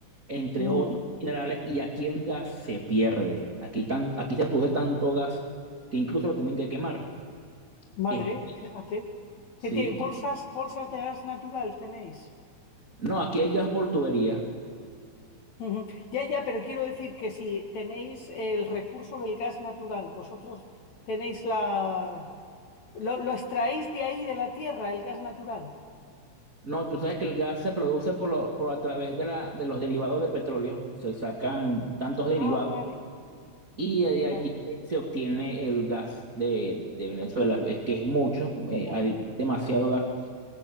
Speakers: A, on the right (about 70°); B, on the left (about 80°).
A: entre
B: mm.
A: otros minerales. Y aquí el gas se pierde. Aquí, tan, aquí se produce tanto gas que incluso lo tienen que quemar.
B: Madre,
A: Eh,
B: fíjate.
A: sí.
B: ¿Qué tiene? ¿Bolsas, bolsas de gas natural tenéis?
A: No, aquí hay gas por tubería.
B: Ujú. Ya, ya, pero quiero decir que si tenéis el recurso del gas natural, vosotros tenéis la... ¿Lo, lo extraéis de ahí, de la tierra, el gas natural?
A: No, tú sabes que el gas se produce por, lo- por a través de, la, de los derivados del petróleo. Se sacan tantos derivados
B: Ah, vale.
A: Y de
B: Vale,
A: allí se obtiene el gas de, de Venezuela. Es que es mucho, eh,
B: ya,
A: hay demasiado gas.